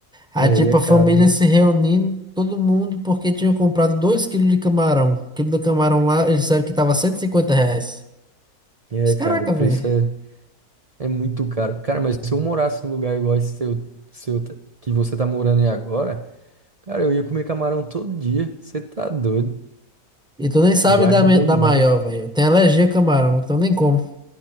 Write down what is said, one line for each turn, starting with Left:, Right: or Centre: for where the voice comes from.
Centre: Aí
Right: É,
Centre: tipo
Right: e é caro,
Centre: a família
Right: né?
Centre: se reunindo, todo mundo, porque tinham comprado 2 quilos de camarão. O quilo do camarão lá, eles disseram que tava 150 reais.
Right: É,
Centre: Mas, Caraca,
Right: cara, o preço
Centre: velho.
Right: é É muito caro. Cara, mas se eu morasse num lugar igual esse seu, seu t- que você tá morando aí agora, cara, eu ia comer camarão todo dia. Você tá doido?
Centre: E tu nem sabe
Right: Eu acho
Centre: da, me-
Right: bom
Centre: da
Right: demais.
Centre: maior, velho. Eu tenho alergia a camarão, então nem como.